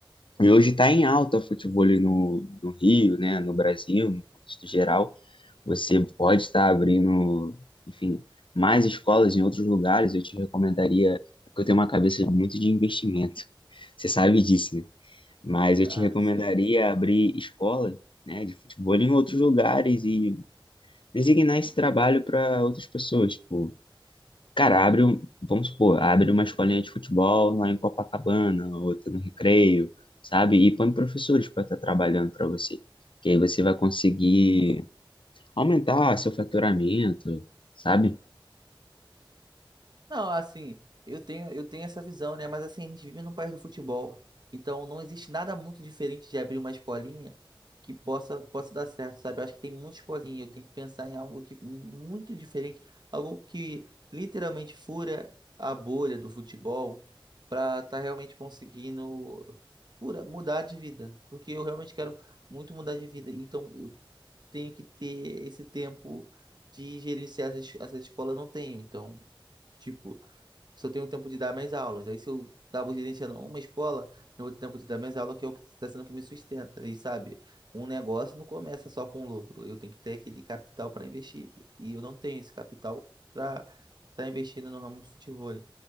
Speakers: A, on the left (about 70°); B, on the right (about 55°).
A: E hoje está em alta o futebol no, no Rio, né, no Brasil, no contexto geral. Você pode estar abrindo, enfim, mais escolas em outros lugares. Eu te recomendaria, porque eu tenho uma cabeça muito de investimento. Você sabe disso, né? Mas eu
B: Ah,
A: te recomendaria
B: sei.
A: abrir escolas, né, de futebol em outros lugares e designar esse trabalho para outras pessoas. Tipo, Cara, abre, um- vamos supor, abre uma escolinha de futebol lá em Copacabana, outra no Recreio, sabe? E põe professores para estar trabalhando para você. Que aí você vai conseguir aumentar seu faturamento, sabe?
B: Não, assim, eu tenho, eu tenho essa visão, né? Mas assim, a gente vive num país do futebol. Então não existe nada muito diferente de abrir uma escolinha que possa, possa dar certo, sabe? Eu acho que tem muita escolinha, eu tenho que pensar em algo de, muito diferente, algo que literalmente fura a bolha do futebol para estar realmente conseguindo fura, mudar de vida. Porque eu realmente quero muito mudar de vida. Então eu tenho que ter esse tempo de gerenciar essas, essas escolas, eu não tenho. Então. Tipo, se eu tenho um tempo de dar minhas aulas. Aí se eu acabo gerenciando uma escola, eu vou ter tempo de dar minhas aulas, que é o que está sendo que me sustenta. E sabe, um negócio não começa só com lucro. Eu tenho que ter aquele capital para investir. E eu não tenho esse capital para estar investindo no ramo do futebol.